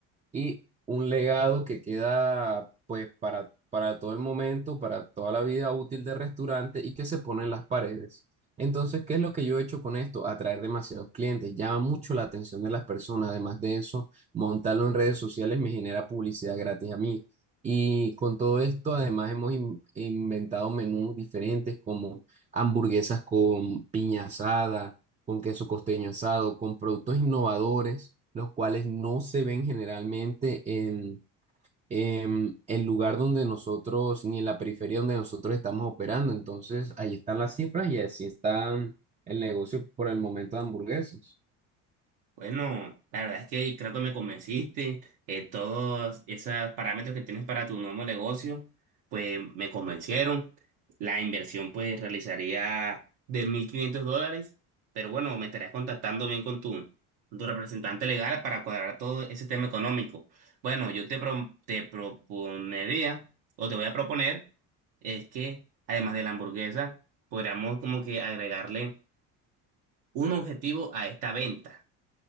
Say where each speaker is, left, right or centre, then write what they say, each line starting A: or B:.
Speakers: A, on the right; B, on the right.
A: y un legado que queda pues para, para todo el momento, para toda la vida útil del restaurante y que se pone en las paredes. Entonces, ¿qué es lo que yo he hecho con esto? Atraer demasiados clientes, llama mucho la atención de las personas. Además de eso, montarlo en redes sociales me genera publicidad gratis a mí. Y con todo esto, además, hemos in- inventado menús diferentes como hamburguesas con piña asada con queso costeño asado, con productos innovadores, los cuales no se ven generalmente en, en el lugar donde nosotros, ni en la periferia donde nosotros estamos operando. Entonces, ahí están las cifras y así está el negocio por el momento de hamburguesas.
B: Bueno, la verdad es que creo que me convenciste. eh, todos esos parámetros que tienes para tu nuevo negocio, pues me convencieron. La inversión pues realizaría de 1.500 dólares, pero bueno, me estarías contactando bien con tu, con tu representante legal para cuadrar todo ese tema económico. Bueno, yo te, pro- te proponería o te voy a proponer es que además de la hamburguesa, podríamos como que agregarle un objetivo a esta venta.